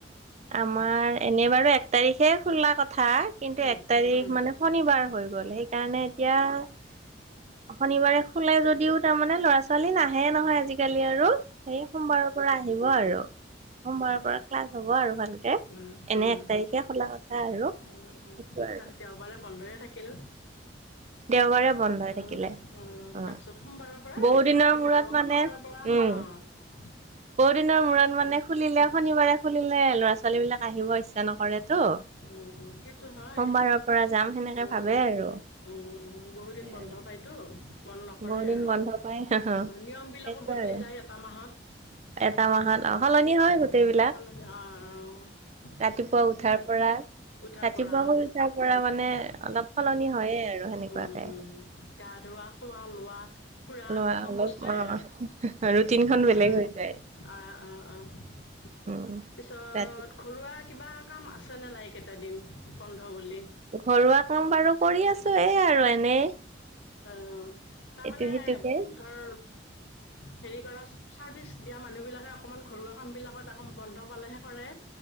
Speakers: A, on the right; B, on the left.
A: আমাৰ এনেই বাৰু এক তাৰিখে খোলা কথা কিন্তু
B: উম,
A: এক তাৰিখ
B: উম।
A: মানে শনিবাৰ হৈ গল, সেইকাৰণে এতিয়া শনিবাৰে খোলে যদিও তাৰমানে ল'ৰা ছোৱালী নাহে নহয় আজিকালি আৰু। সেই সোমবাৰৰ পৰা আহিব আৰু সোমবাৰৰ পৰা ক্লাছ হ'ব আৰু ভাল কে,
B: উম,
A: এনে
B: উম,
A: এক তাৰিখে খোলা কথা আৰু সেইটো
B: উম, উম।
A: আৰু।
B: <unintelligible> বন্ধয়ে থাকিল
A: দেওবাৰে বন্ধ হৈ
B: উম,
A: থাকিলে।
B: উম,
A: অ',
B: তাৰপিছত সোমবাৰৰ পৰা
A: বহু
B: এনেকুৱা
A: দিনৰ
B: হ'ব
A: মূৰত
B: আৰু
A: মানে
B: সোমবাৰৰ পৰা
A: উম,
B: অ', <inaudible>
A: বহু দিনৰ মূৰত মানে
B: উম
A: খুলিলে শনিবাৰে খুলিলে ল'ৰা ছো ছোৱালী বিলাক আহিব ইচ্ছা নকৰেতো
B: উম উম, সেইটো হয়
A: সোমবাৰৰ পৰা যাম সেনেকে
B: উম
A: ভাবে আৰু
B: উম, উম, বহুত
A: সেই
B: দিন বন্ধ
A: আৰু
B: পাইতো মন নকৰে
A: বহুত
B: আৰু
A: দিন বন্ধ পাই সেইটোৱে
B: নিয়ম বিলাকো বদলি
A: আৰু
B: যায় এটা মাহত সেনেকোৱা
A: এটা মাহত অ সলনি
B: অ',
A: হয় গোটেইবিলাক
B: সালনি অ',
A: ৰাতিপুৱা
B: তেনেকে
A: উঠাৰ
B: আৰু
A: পৰা
B: উঠাৰ
A: ৰাতিপুৱা
B: পৰা
A: শুই
B: অ',
A: উঠাৰ পৰা মানে
B: উম,
A: অলপ সলনি
B: উম,
A: হয়ে আৰু সেনেকুৱাকে
B: উম, উম গা ধোৱা খোৱা লোৱা ফুৰা
A: লোৱা
B: চব
A: অলপ
B: বস্তুৱে
A: অ', ৰুটিন খন
B: অ',
A: বেলেগ হৈ যায়।
B: অ', অ', অ',
A: উম
B: পিছত
A: ৰাতি
B: ঘৰুৱা কিবা কাম আছেনে নাই এইকেইটা দিন বন্ধ বুলি
A: ঘৰুৱা কাম বাৰু কৰি আছোঁ এ আৰু এনেই
B: অ', তাৰমানে
A: ইটো সিটোকে
B: ধৰ হেৰি কৰা চাৰ্ভিচ দিয়া মানুহবিলাকে অকণমান ঘৰুৱা কামবিলাকত বন্ধ পালেহে কৰে